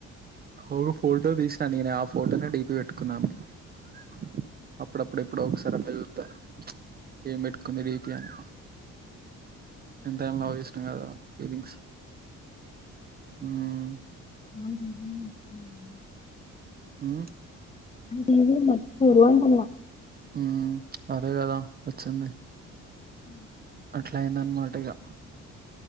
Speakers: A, on the right (about 35°); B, on the left (about 20°).
A: ఒక ఫోటో తీసినా నేను ఆ ఫోటోనే డిపి పెట్టుకున్నా <unintelligible> అప్పుడప్పుడు ఎప్పుడొ ఒకసారి అలా చూత్తా ఏం పెట్టుకుంది డిపి అని ఎంతైనా లవ్ చేసిన గదా ఫీలింగ్స్
B: <inaudible>
A: ఉమ్ మ్మ్
B: అంటే మర్చిపోరు అంటున్న
A: హ్మ్మ్ అదే కదా వచ్చింది
B: ఉ
A: అట్లాయిందనిమాటయిగా